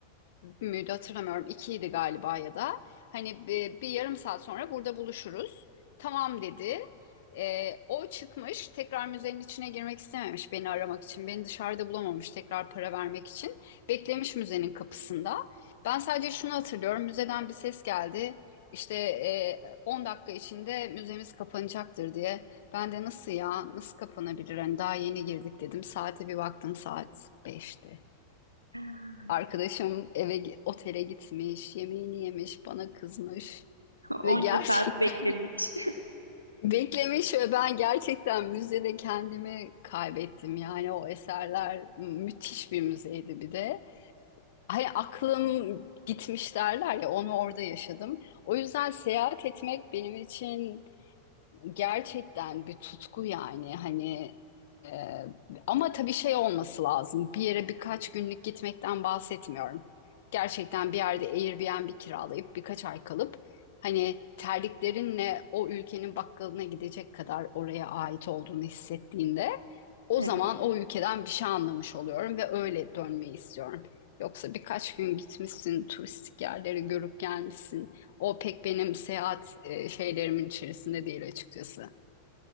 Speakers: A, on the left; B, on the right.
A: bir müydü hatırlamıyorum. İkiydi galiba ya da. Hani bir, bir yarım saat sonra burada buluşuruz. Tamam dedi. Ee, o çıkmış tekrar müzenin içine girmek istememiş beni aramak için. Beni dışarıda bulamamış tekrar para vermek için. Beklemiş müzenin kapısında. Ben sadece şunu hatırlıyorum. Müzeden bir ses geldi. İşte e, 10 dakika içinde müzemiz kapanacaktır diye. Ben de nasıl ya nasıl kapanabilir? Hani daha yeni girdik dedim. Saate bir baktım saat beşti.
B: <laughs>
A: Arkadaşım eve otele gitmiş, yemeğini yemiş, bana kızmış
B: Onca
A: ve gerçekten
B: saat beklemiş.
A: <laughs> beklemiş ve ben gerçekten müzede kendimi kaybettim. Yani o eserler müthiş bir müzeydi bir de. Hani aklım gitmiş derler ya onu orada yaşadım. O yüzden seyahat etmek benim için gerçekten bir tutku yani hani ee, ama tabii şey olması lazım. Bir yere birkaç günlük gitmekten bahsetmiyorum. Gerçekten bir yerde Airbnb kiralayıp birkaç ay kalıp hani terliklerinle o ülkenin bakkalına gidecek kadar oraya ait olduğunu hissettiğinde o
B: <laughs>
A: zaman
B: Evet.
A: o ülkeden bir şey anlamış oluyorum ve öyle dönmeyi istiyorum. Yoksa birkaç gün gitmişsin, turistik yerleri görüp gelmişsin. O pek benim seyahat e, şeylerimin içerisinde değil açıkçası.